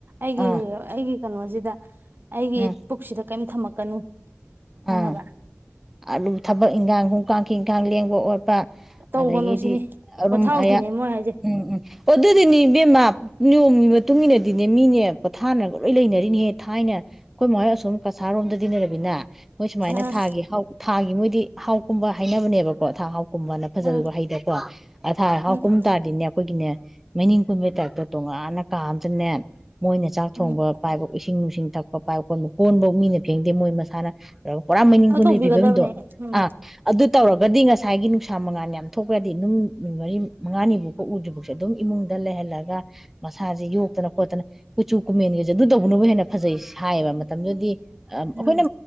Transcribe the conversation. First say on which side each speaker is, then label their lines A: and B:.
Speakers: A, on the right (about 45°); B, in the centre.
A: ꯑꯩꯒꯤ
B: ꯑꯥ
A: ꯑꯩꯒꯤ ꯀꯩꯅꯣꯁꯤꯗ ꯑꯩꯒꯤ
B: ꯎꯝ
A: ꯄꯨꯈꯁꯤꯗ ꯀꯩꯌꯤꯝ ꯊꯝꯃꯛꯀꯅꯨ ꯈꯡꯉꯕ
B: ꯑꯥ ꯑꯗꯨꯝ ꯊꯕꯛ ꯏꯪꯈꯥꯡ ꯍꯣꯡ ꯀꯥꯡꯈꯤꯡ ꯀꯥꯡ ꯂꯦꯡꯕ ꯑꯣꯠꯄ
A: ꯇꯧꯒꯅꯨ
B: ꯑꯗꯒꯤꯗꯤ
A: ꯁꯤꯅꯤ
B: ꯑꯔꯨꯝ
A: ꯄꯣꯊꯥꯎꯁꯤꯅꯦ
B: ꯑꯌꯥ
A: ꯃꯣꯏ ꯍꯥꯏꯁꯦ
B: ꯎꯝ ꯎꯝ ꯑꯗꯨꯗꯤꯅꯤ ꯏꯕꯦꯝꯃꯥ ꯅꯤꯌꯣꯝꯒꯤ ꯃꯇꯨꯡ ꯏꯟꯅꯗꯤ ꯅꯦ ꯃꯤꯅꯦ ꯄꯣꯊꯥꯅꯒ ꯂꯣꯏ ꯂꯩꯅꯔꯤꯅꯤꯍꯦ ꯊꯥꯏꯅ ꯑꯩꯈꯣꯏ ꯃꯈꯣꯏ ꯑꯁꯣꯝ ꯀꯁꯥꯔꯣꯝꯗꯗꯤ ꯂꯩꯔꯛ ꯍꯣꯏ ꯁꯨꯃꯥꯏꯅ
A: ꯑ
B: ꯊꯥꯒꯤ ꯍꯧ ꯃꯣꯏꯗꯤ ꯍꯥꯎꯀꯨꯝꯕ ꯍꯥꯏꯅꯕꯅꯦꯕꯀꯣ ꯊ ꯍꯥꯎ ꯀꯨꯝꯕꯅ ꯐꯖ
A: ꯎꯝ
B: ꯋꯥꯍꯩꯗꯀꯣ ꯑꯊꯥ ꯑꯍꯥꯎ
A: ꯎꯝ
B: ꯀꯨꯝ ꯇꯥꯔꯗꯤꯅꯦ ꯑꯩꯈꯣꯏꯒꯤꯅꯦ ꯃꯩꯅꯤꯡ ꯀꯨꯝꯕꯩ ꯇꯥꯏꯞꯇ ꯇꯣꯉꯥꯟꯅ ꯀꯥ ꯑꯝꯗꯅꯦ ꯃꯣꯏꯅ ꯆꯥꯛ ꯊꯣꯡꯕ
A: ꯎꯝ
B: ꯄꯥꯏꯕ ꯎꯏꯁ ꯏꯁꯤꯡ ꯅꯨꯡꯁꯤꯡ ꯊꯛꯄ ꯄꯥꯏꯕ ꯀꯣꯟꯕꯣ ꯀꯣꯟꯕꯥꯎ ꯃꯤꯅ ꯐꯦꯡꯗꯦ ꯃꯣꯏ ꯃꯁꯥꯅ ꯄꯨꯔꯥ ꯃꯩꯅꯤꯡ
A: ꯑꯗꯨ
B: ꯀꯨꯝꯕꯩ
A: ꯇꯧꯕꯤꯒꯗꯕꯅꯦ
B: ꯗꯣ
A: ꯎꯝ
B: ꯑ ꯑꯗꯨ ꯇꯧꯔꯒꯗꯤ ꯉꯁꯥꯏꯒꯤ ꯅꯨꯡꯁꯥ ꯃꯉꯥꯟ ꯌꯥꯝ ꯊꯣꯛꯈ꯭ꯔꯗꯤ ꯑꯗꯨꯝ ꯅꯨꯃꯤꯠ ꯃꯔꯤ ꯃꯉꯥꯅꯤꯐꯥꯎꯀ ꯎꯗ꯭ꯔꯤ ꯐꯥꯎꯁꯦ ꯑꯗꯨꯝ ꯏꯃꯨꯡꯗ ꯂꯩꯍꯜꯂꯒ ꯃꯁꯥꯁꯦ ꯌꯣꯛꯇꯅ ꯈꯣꯠꯇꯅ ꯀꯨꯆꯨ ꯀꯨꯃꯦꯟꯒꯁꯦ ꯑꯗꯨ ꯇꯧꯕꯅꯕꯨ ꯍꯦꯟꯅ ꯐꯖꯩ ꯍꯥꯏꯥꯌꯦꯕ ꯃꯇꯝꯗꯨꯗꯤ ꯑꯩꯈꯣꯏꯅ
A: ꯎꯝ